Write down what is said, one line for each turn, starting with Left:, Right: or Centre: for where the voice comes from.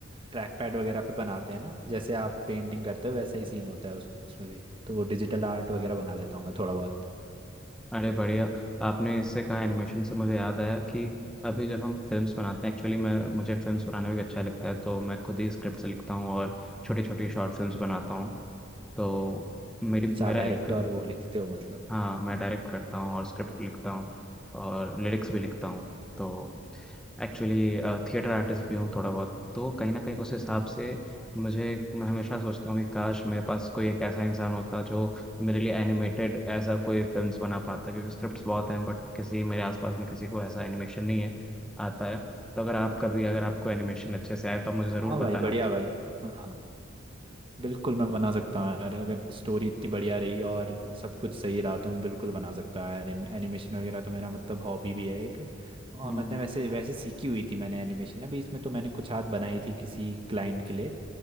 Right: ट्रैक पैड वगैरह पे बनाते हैं ना जैसे आप पेंटिंग करते हो वैसा ही सीन होता है उस- उसमें भी तो डिजिटल आर्ट वगैरह बना लेता हूँ मैं थोड़ा बहुत
Centre: अरे बढ़िया आपने इससे कहा एनिमेशन से मुझे याद आया कि अभी जब हम फिल्म्स बनाते हैं एक्चुअली मैं मुझे फिल्म्स बनाना भी अच्छा लगता है तो मैं खुद ही स्क्रिप्ट लिखता हूँ और छोटी छोटी शॉर्ट फिल्म्स बनाता हूँ तो मेरी
Right: अच्छा
Centre: मेरा
Right: आप डायरेक्टर
Centre: एक
Right: वो लिखते हो मतलब
Centre: हाँ मैं डायरेक्ट करता हूँ और स्क्रिप्ट लिखता हूँ और लिरिक्स भी लिखता हूँ तो एक्चुअली थिएटर आर्टिस्ट भी हूँ थोड़ा बहुत तो कहीं ना कहीं उस हिसाब से मुझे मैं हमेशा सोचता हूँ कि काश मेरे पास कोई एक ऐसा इंसान होता जो मेरे लिए एनिमेटेड ऐसा कोई फिल्म्स बना पाता क्योंकि स्क्रिप्ट्स बहुत हैं बट किसी मेरे आसपास में किसी को ऐसा एनिमेशन नहीं है आता है तो अगर आप कभी अगर आपको एनिमेशन अच्छे से आए तो आप मुझे
Right: हाँ
Centre: ज़रूर बताना
Right: भाई बढ़िया भाई हाँ बिल्कुल मैं बना सकता हूँ यार अगर स्टोरी इतनी बढ़िया रही और सब कुछ सही रहा तो मैं बिल्कुल बना सकता हूँ यार एनिमेशन वगैरह तो मेरा मतलब हॉबी भी है एक और
Centre: हम्म
Right: मतलब वैसे वैसे सीखी हुई थी मैंने एनिमेशन अभी इसमें तो मैंने कुछ हाथ बनाई थी किसी क्लाइंट के लिए